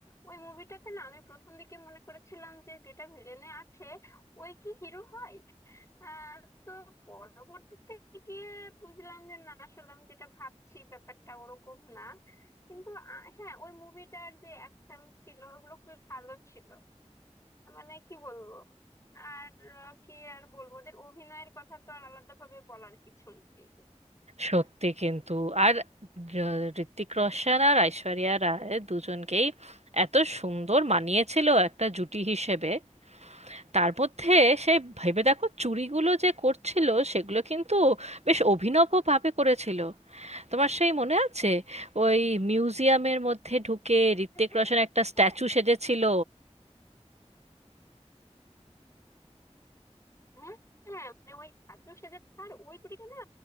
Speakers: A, on the left; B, on the right.
A: ওই মুভিটাতে না আমি প্রথম দিকে মনে করেছিলাম যে যেটা ভিলেনে আছে ওই কি হিরো হয় আহ তো পরবর্তীতে গিয়ে বুঝলাম যে না আসলে আমি যেটা ভাবছি ব্যাপারটা ওরকম না কিন্তু আ- হ্যাঁ ওই মুভিটার যে অ্যাকশন ছিল ওগুলো খুবই ভালো ছিল মানে কি বলবো আর আহ, কি আর বলবো ওদের অভিনয়ের কথা তো আর আলাদাভাবে বলার কিছু নেই
B: সত্যি কিন্তু আর র- ঋত্বিক রোশন আর ঐশ্বরিয়া রায় দুজনকেই এত সুন্দর মানিয়েছিল একটা জুটি হিসেবে তার মধ্যে সে ভেবে দেখো চুরিগুলো যে করছিল সেগুলো কিন্তু বেশ অভিনবভাবে করেছিল তোমার সেই মনে আছে ওই মিউজিয়ামের মধ্যে ঢুকে ঋত্বিক
A: হ্যাঁ,
B: রোশন একটা স্ট্যাচু
A: হ্যাঁ।
B: সেজেছিল
A: হ্যাঁ হ্যাঁ মানে ওই ধাঁচও সেজে থাকার ওই চুড়িটা না